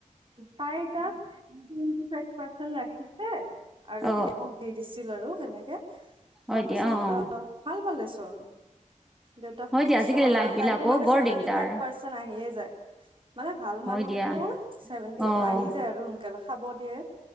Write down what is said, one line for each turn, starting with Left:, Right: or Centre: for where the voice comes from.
Right: তাই তাত ফাইভ পাৰে ৰাখিছে আৰু
Centre: অ
Right: দি দি ছিল আৰু সেনেকে
Centre: হয়
Right: তাৰ
Centre: দিয়া
Right: পাছত
Centre: অ অ
Right: আহ ভাল পালে চোন দেউতাকতো
Centre: হয় দিয়া
Right: সুস্থ
Centre: আজিকালি
Right: হ'ল
Centre: লাইফ
Right: আৰু
Centre: বিলাক
Right: তাইো
Centre: অ
Right: মানে
Centre: বৰ
Right: চছেভেনটি
Centre: দিগদাৰ
Right: ফাইভ পাৰ্চেন্ট আহিয়ে যায় মানে ভাল
Centre: হয়
Right: মানুহ
Centre: দিয়া
Right: তৰ চেভেনটি
Centre: অ
Right: আহি যায় আৰু সোনকালে খাব দিয়ে